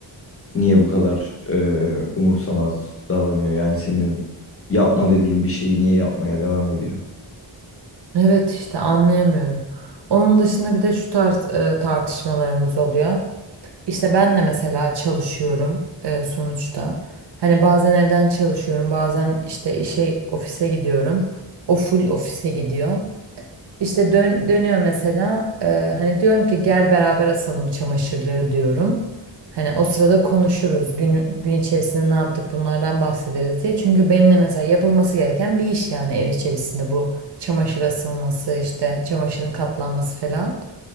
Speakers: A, on the left (about 30°); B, on the right (about 60°).
A: niye bu kadar e, umursamaz davranıyor? Yani senin yapma dediğin bir şeyi niye yapmaya devam ediyor?
B: Evet işte anlayamıyorum. Onun dışında bir de şu tarz e, tartışmalarımız oluyor. İşte ben de mesela çalışıyorum e, sonuçta. Hani bazen evden çalışıyorum, bazen işte işe, ofise gidiyorum. O full ofise gidiyor. İşte dön, dönüyor mesela e, hani diyorum ki gel beraber asalım çamaşırları diyorum. Hani o sırada konuşuruz gün, gün içerisinde ne yaptık bunlardan bahsederiz diye. Çünkü benimle mesela yapılması gereken bir iş yani ev içerisinde bu çamaşır asılması işte çamaşırın katlanması falan.